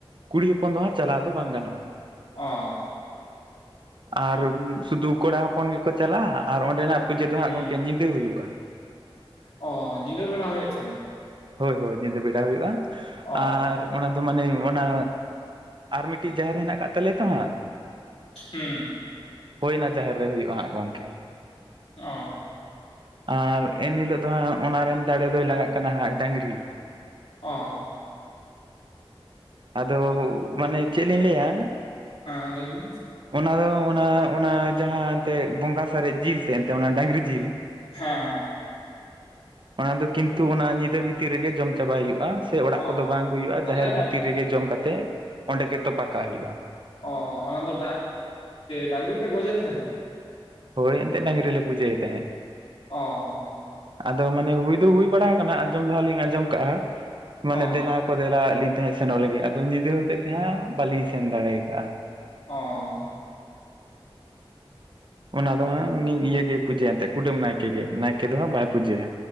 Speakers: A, on the right; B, on the left.
A: ᱠᱩᱲᱤ ᱦᱚᱯᱚᱱ ᱫᱚ ᱦᱟᱸᱜ ᱪᱟᱞᱟᱣ ᱫᱚ ᱵᱟᱝ ᱜᱟᱱᱚᱜᱼᱟ᱾
B: ᱚ
A: ᱟᱨ ᱥᱩᱫᱷᱩ ᱠᱚᱲᱟ ᱦᱚᱯᱚᱱ ᱜᱮᱠᱚ ᱪᱟᱞᱟᱜᱼᱟ, ᱟᱨ ᱚᱸᱰᱮᱱᱟᱜ ᱯᱩᱡᱟᱹ ᱫᱚ ᱦᱟᱸᱜ
B: ᱦᱩᱸ
A: ᱜᱚᱢᱠᱮ ᱧᱤᱫᱟᱹ ᱦᱩᱭᱩᱜᱼᱟ᱾
B: ᱚᱻ ᱧᱤᱫᱟᱹ ᱵᱮᱲᱟ ᱦᱩᱭᱩᱜ ᱛᱟᱦᱮᱱ
A: ᱦᱳᱭ ᱦᱳᱭ ᱧᱤᱫᱟᱹ ᱵᱮᱲᱟ ᱦᱩᱭᱩᱜᱼᱟ,
B: ᱚ
A: ᱟᱨ ᱚᱱᱟ ᱫᱚ ᱢᱟᱱᱮ ᱚᱱᱟ ᱟᱨ ᱢᱤᱫᱴᱤᱡ ᱡᱟᱦᱮᱨ ᱢᱮᱱᱟᱜ ᱟᱠᱟᱫᱟ᱾ <inaudible> ᱦᱟᱸᱜ
B: ᱦᱩᱸ
A: ᱦᱳᱣ ᱚᱱᱟ ᱡᱟᱦᱮᱨ ᱨᱮ ᱦᱩᱭᱩᱜᱼᱟ ᱦᱟᱸᱜ ᱜᱚᱝᱠᱮ,
B: ᱚᱻ
A: ᱟᱨ ᱮᱱ ᱦᱤᱞᱳᱜ ᱫᱚ ᱦᱟᱸᱜ ᱚᱱᱟ ᱨᱮᱱ ᱫᱟᱲᱮ ᱫᱚᱭ ᱞᱟᱜᱟᱜ ᱠᱟᱱᱟ ᱦᱟᱸᱜ ᱰᱟᱹᱝᱜᱨᱤ᱾
B: ᱚ
A: ᱟᱫᱚ ᱢᱟᱱᱮ ᱪᱮᱫ ᱞᱤᱧ ᱞᱟᱹᱭᱟ,
B: ᱦᱮᱸ ᱞᱟᱹᱭ ᱵᱤᱱ
A: ᱚᱱᱟ ᱫᱚ ᱚᱱᱟ ᱡᱟᱦᱟᱸ ᱛᱮᱫ ᱵᱚᱸᱜᱟ ᱥᱟᱨᱮᱡ ᱡᱤᱞ ᱛᱟᱦᱮᱸ ᱮᱱᱛᱮ ᱚᱱᱟ ᱰᱟᱝᱨᱤ ᱡᱤᱞ,
B: ᱦᱮᱸ ᱦᱮᱸ
A: ᱚᱱᱟ ᱫᱚ ᱠᱤᱱᱛᱩ ᱚᱱᱟ ᱧᱤᱫᱟᱹ ᱵᱷᱤᱛᱤᱨ ᱨᱮᱜᱮ ᱡᱚᱢ ᱪᱟᱵᱟ ᱦᱩᱭᱩᱜᱼᱟ, ᱥᱮ ᱚᱲᱟᱜ
B: ᱚ
A: ᱠᱚᱫᱚ ᱵᱟᱝ ᱟᱜᱩ ᱦᱩᱭᱩᱜᱼᱟ᱾ᱡᱟᱦᱮᱸᱨᱮ
B: ᱛᱟᱦᱚᱞᱮ
A: ᱡᱚᱢ ᱠᱟᱛᱮᱜ ᱚᱸᱰᱮ ᱜᱮ ᱛᱚᱯᱟ ᱠᱟᱜ ᱦᱩᱭᱩᱜᱼᱟ᱾
B: ᱚ <unintelligible> ᱚᱱᱟ ᱫᱚ ᱰᱟᱝᱨᱤ ᱯᱮ ᱜᱚᱡᱮ ᱛᱟᱦᱮᱱᱟ,
A: ᱦᱳᱣ ᱮᱱᱛᱮ ᱰᱟᱝᱨᱤ ᱞᱮ ᱯᱩᱡᱟᱹᱭ ᱛᱟᱦᱮᱭ᱾
B: ᱚ
A: ᱟᱫᱚ ᱢᱟᱱᱮ ᱦᱩᱭ ᱫᱚ ᱦᱩᱭ ᱵᱟᱲᱟ ᱠᱟᱱᱟ ᱟᱸᱡᱚᱢ ᱫᱚ ᱦᱟᱸᱜ ᱞᱤᱧ ᱟᱸᱡᱚᱢ ᱠᱟᱜᱼᱟ ᱢᱟᱱᱮ
B: ᱚ
A: ᱫᱮᱞᱟ ᱠᱚ ᱫᱮᱞᱟ ᱞᱤᱧ ᱛᱟᱦᱮᱸ ᱥᱮᱱᱚᱜ ᱞᱟᱹᱜᱤᱫ ᱟᱫᱚ ᱧᱤᱫᱟᱹ ᱦᱚᱛᱮᱫ ᱛᱮ ᱦᱟᱸᱜ ᱵᱟᱹᱞᱤᱧ ᱥᱮᱱ ᱫᱟᱲᱮ ᱟᱠᱟᱟᱜᱼᱟ᱾
B: ᱚ
A: ᱚᱱᱟ ᱫᱚ ᱦᱟᱸᱜ ᱩᱱᱤ ᱜᱮᱭ ᱯᱩᱡᱟᱹᱭᱟ ᱮᱫ ᱛᱟᱦᱮᱫ ᱠᱩᱰᱟᱹᱢ ᱱᱟᱭᱠᱮ ᱜᱮ, ᱱᱟᱭᱠᱮ ᱫᱚ ᱦᱟᱸᱜ ᱵᱟᱭ ᱯᱩᱡᱟᱹᱭᱟ᱾